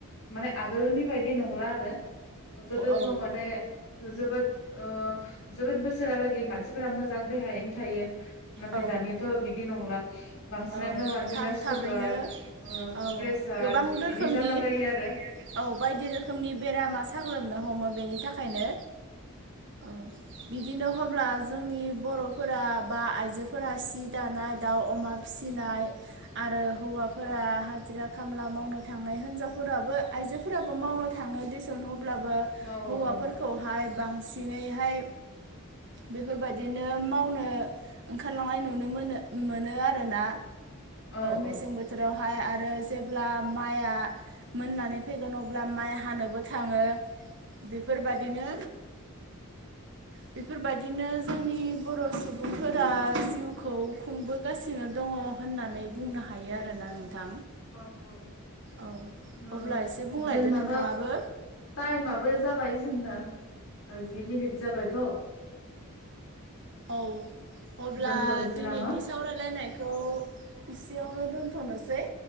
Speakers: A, on the left; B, on the right.
A: माने आगोलनि बायदि नंला आरो गोदोथ
B: औ
A: माने जोबोद ओ जोबोद बोसोरालागै मानसिफोरा मोजां मोजां देहायानो थायो नाथाय
B: औ
A: दानियाथ' बिदि नंला बांसिनानो
B: औ
A: मानसिना
B: थाब
A: सुगार
B: थाबैनो
A: ओ
B: औ
A: प्रेसार
B: गोबां रोखोमनि
A: बिदि जालाबायो आरो
B: औ बायदि रोखोमनि बेरामा साग्लोबनो हमो बेनि थाखायनो औ बिदिनो अब्ला जोंनि बर'फोरा बा आइजो आइजोफोरा सि दानाय दाउ अमा फिसिनाय आरो हौवाफोरा
A: औ
B: हाजिरा खामला मावनो थांनाय हिनजावफोराबो आइजोफोराबो मावनो थाङो दस <unintelligible>
A: मावो
B: हौवाफोरखौहाय
A: औ
B: बांसिनैहाय बेफोरबायदिनो मावनो ओंखारलांनाय नुनो मोनो मोनो आरोना
A: औ
B: मेसें
A: औ
B: बोथोराव बेहाय आरो जेब्ला माइआ मोननानै फैगोन अब्ला माइ हानोबो थाङो बेफोरबायादिनो बेफोरबायदिनो जोंनि बर' सुबुं फोरा जिउखौ खुंबोगासिनो दङ होननानै बुंनो हायो आरोना नोंथां
A: औ औ
B: औ
A: ओ
B: अब्ला एसे बुंलायदो
A: जोंनाथ'
B: नोंथाङाबो
A: टाइमाबो जाबाय जोंदा जि मिनिट जाबायथ'
B: औ अब्ला
A: दोनथ'नोसै
B: दिनैनि
A: नामा
B: सावरायलायनाय बेखौ इसेयावनो दोनथ'नोसै